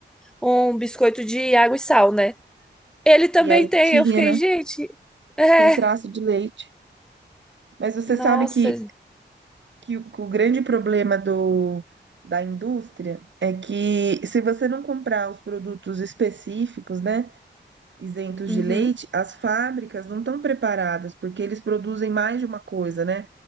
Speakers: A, in the centre; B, on the right (about 70°).
A: um biscoito de água e sal, né? Ele também
B: e aí
A: tem.
B: tinha,
A: Eu fiquei,
B: né?
A: gente, é,
B: Tem traço de leite. Mas você
A: nossa.
B: sabe que, que o, que o grande problema do, da indústria é que se você não comprar os produtos específicos, né, isentos
A: Uhum.
B: de leite, as fábricas não estão preparadas, porque eles produzem mais de uma coisa, né?